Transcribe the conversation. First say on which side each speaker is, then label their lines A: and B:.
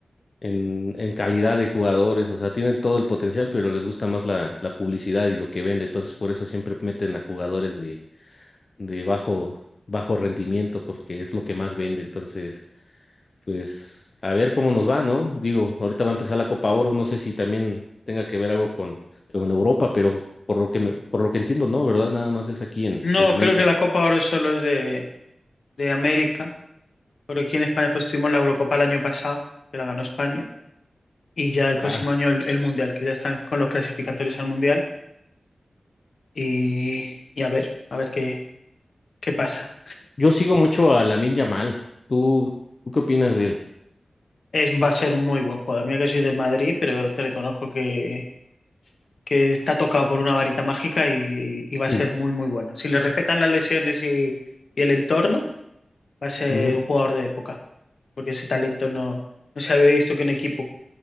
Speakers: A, on the left (about 50°); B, on the left (about 75°).
A: en, en calidad de jugadores, o sea, tienen todo el potencial, pero les gusta más la, la publicidad y lo que vende, entonces por eso siempre meten a jugadores de, de bajo, bajo rendimiento, porque es lo que más vende, entonces, pues, a ver cómo nos va, ¿no? Digo, ahorita va a empezar la Copa Oro, no sé si también tenga que ver algo con, con Europa, pero por lo que me- por lo que entiendo, no, ¿verdad? Nada más es aquí en,
B: No,
A: en América.
B: creo que la Copa Oro solo es de, de América, pero aquí en España pues tuvimos la Eurocopa el año pasado, que la ganó España, y ya el
A: Ah,
B: próximo año el, el Mundial, que ya están con los clasificatorios al Mundial, y, y a ver, a ver qué, qué pasa.
A: yo sigo mucho a Lamine Yamal. ¿Tú, tú qué opinas de él?
B: Es, va a ser muy buen jugador. Mira que soy del Madrid, pero te reconozco que, que está tocado por una varita mágica y, y va a ser
A: Mm,
B: muy, muy bueno. Si le respetan las lesiones y, y el entorno, va a ser
A: ujú.
B: un jugador de época, porque ese talento no, no se había visto que un equipo